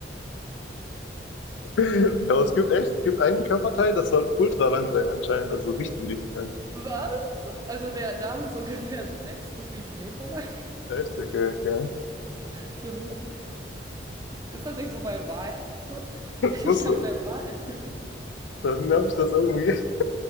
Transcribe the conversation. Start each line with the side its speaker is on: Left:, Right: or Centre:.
Left: <laughs> aber es gibt echt, es gibt einen Körperteil, das soll ultra lang sein anscheinend, also richtig, richtig lang.
Right: Was? Also der Darm ist ungefähr sechs bis sieben Meter lang. <laughs>
Left: Echt? Okay, okay.
Right: Kilometer. Ist das nicht so bei Wahlen? so? Ich
Left: Muss,
Right: glaube bei Wahlen.
Left: dann habe ich das irgendwie, <laughs>